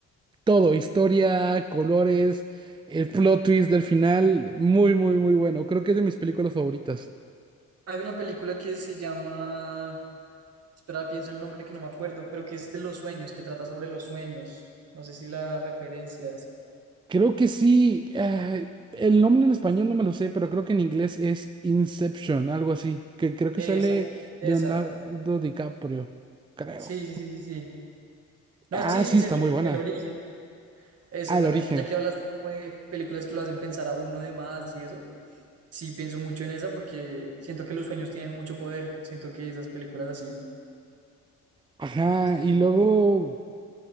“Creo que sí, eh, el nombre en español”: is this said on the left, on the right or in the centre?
Right